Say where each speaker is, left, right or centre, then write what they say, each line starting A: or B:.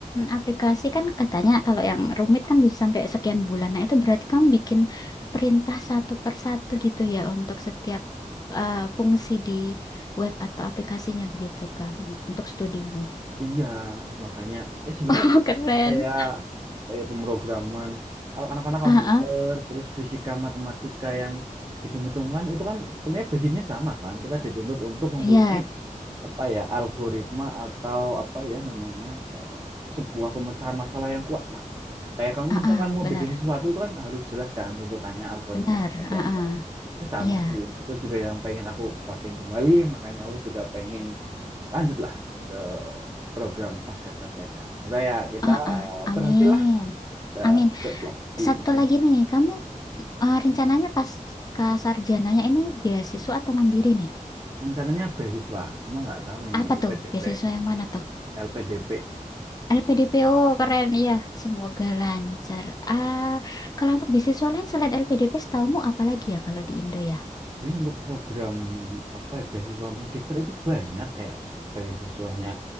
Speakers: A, on the left (about 30°); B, on the right (about 30°).
A: aplikasi kan katanya kalau yang rumit kan bisa sampai sekian bulan. Nah, itu berarti kamu bikin perintah satu per satu gitu ya untuk setiap eh, fungsi di web atau aplikasinya begitu Kak, untuk studimu.
B: iya makanya ya sebenarnya
A: <laughs> Keren.
B: kayak kayak pemrograman a- anak-anak komputer
A: Heeh.
B: terus fisika matematika yang hitung-hitungan itu kan sebenarnya basicnya sama kan kita dituntut untuk mempunyai
A: Iya,
B: apa ya algoritma atau apa ya namanya eh, sebuah pemecahan masalah yang kuat lah kayak kamu
A: ah
B: misalkan mau
A: benar.
B: bikin sesuatu itu kan harus jelas kan runtutannya algoritmanya
A: Benar,
B: seperti
A: heeh.
B: apa ya sama
A: Iya,
B: sih itu juga yang pengen aku kuatin kembali makanya aku juga pengen lanjutlah ke program pasca sarjana semoga ya kita
A: ah Amin.
B: berhasil lah kita
A: Amin.
B: ikut lagi
A: Satu
B: masing-masing.
A: lagi nih, kamu eh, rencananya pas ke sarjananya ini beasiswa atau mandiri nih?
B: rencananya beasiswa cuma nggak tahu ini
A: Apa
B: LPDP
A: tuh? Beasiswa yang mana tuh?
B: LPDP
A: LPDPO keren ya. Semoga lancar. Ah, kalau untuk beasiswa lain selain LPDP, setaumu apa lagi ya kalau di Indo ya?
B: sebenarnya untuk program apa ya beasiswa magister itu banyak kayak beasiswanya